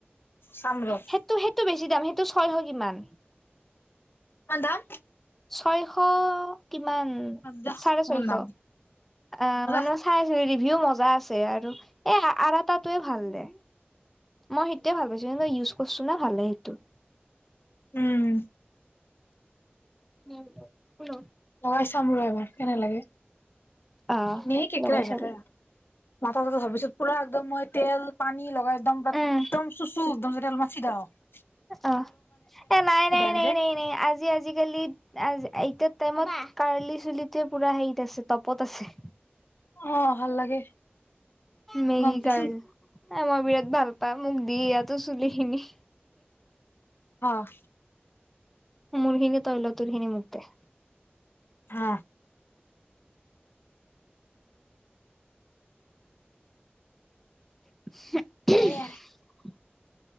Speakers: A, on the left; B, in the centre.
A: চাম ৰ
B: সেইটো -সেইটো বেচি। বি দাম সেইটো ছয়শ কিমান।
A: কিমান দাম?
B: ছয়শ। কিমান
A: যা
B: চাৰে ছয়শ
A: মোৰ নাম
B: আহ',
A: যা
B: মানে চাৰে ধৰি দি। ভিও মজা আছে আৰু এহ', আৰাতাটোৱে ভাল দে। মই সেইটোৱে ভাল পাইছোঁ কিন্তু ইউজ কৰছোঁ না ভালে সেইটো।
A: উম।
B: উম ঠ
A: লগাই চাম ৰ এবাৰ। কেনে লাগে?
B: অ
A: এনে <unintelligible> একেটাই
B: লগাই চাবি
A: কথা। মাথা‌ <unintelligible> পিছত পুৰা একদম মই তেল পানী লগাই একদম, একদম
B: উম
A: চুচু একদম তেল মাৰছি দ'।
B: অ এ নাই নাই
A: হৈ
B: নাই
A: যায়
B: নাই নাই আজি আজিকালি এইটোত টাইমত কাৰ্লি চুলিটোৱে পুৰা হেৰিত আছে তপত আছে।
A: অ ভাল লাগে।
B: মেগী
A: গম পাইছো
B: কাৰল মই বিৰাট ভাল পাই মোক দি ইয়াতো চুলিখিনি।
A: অ'।
B: মোৰখিনি তই ল, তোৰ খিনি মুক দে।
A: হা
B: <unintelligible>
A: এই